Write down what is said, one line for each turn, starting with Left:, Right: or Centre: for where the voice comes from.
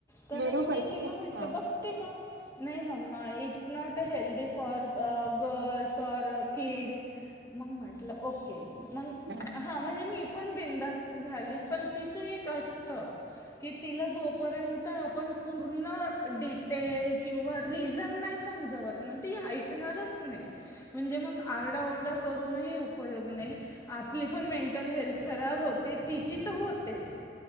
Left: तर
Right: बरोबर
Left: मग मी तिला
Right: खूप
Left: म्हटलं
Right: ह
Left: बघते का नाही म्मा it's not a health for girls और किड्स मग म्हटलं ओके मग
Right: ह
Left: हा म्हणजे मी बिंदास्त झा पण तिच एक असत की तिला जोपर्यंत आप पूर्ण डिटेल आणि रिजन नाही सांगत तोपरण्यात ती ऐकणाऱ्या म्हणजे आरड करून उपयोग नाही आपली पण मेंट हेल्थ खब होते तिची तर होतेच